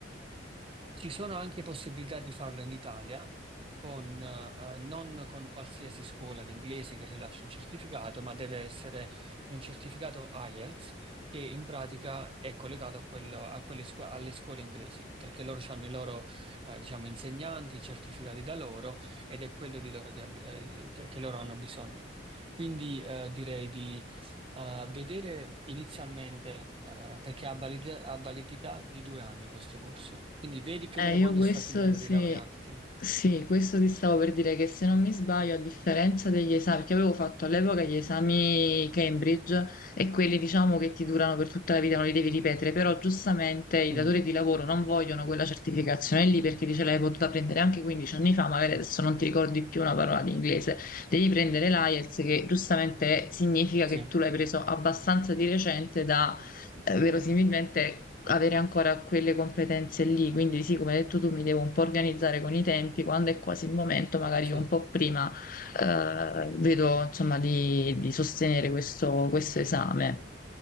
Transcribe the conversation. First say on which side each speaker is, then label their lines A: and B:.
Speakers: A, on the right (about 30°); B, on the left (about 50°).
A: Ci sono anche possibilità di farlo in Italia, con, eh, eh, non con qualsiasi scuola di inglese che rilascia un certificato, ma deve essere un certificato IELTS che in pratica è collegato a quello- a quelle scu- alle scuole inglesi, perché loro hanno i loro, eh, diciamo, insegnanti certificati da loro ed è quello di loro che abbi- eh, che- che loro hanno bisogno. Quindi eh, direi di a vedere inizialmente, eh, perché ha validità, ha validità di due anni questo corso, quindi vedi più
B: Eh,
A: o meno
B: io
A: quando
B: questo
A: sta finendo
B: sì,
A: di laurearti.
B: sì, questo ti stavo per dire che se non mi sbaglio, a differenza degli esami, perché avevo fatto all'epoca gli esami Cambridge e quelli diciamo che ti durano per tutta la vita, non li devi ripetere, però giustamente i
A: Mm,
B: datori di lavoro non vogliono quella certificazione lì perché dice l'hai potuta prendere anche 15 anni fa, magari adesso non ti ricordi più una parola di inglese, devi prendere l'IELTS che giustamente significa
A: Sì,
B: che tu l'hai preso abbastanza di recente da eh, verosimilmente avere ancora quelle competenze lì. Quindi sì, come hai detto tu, mi devo un po' organizzare con i tempi, quando è quasi il momento, magari
A: sì.
B: io un po' prima eh, vedo insomma di, di sostenere questo, questo esame.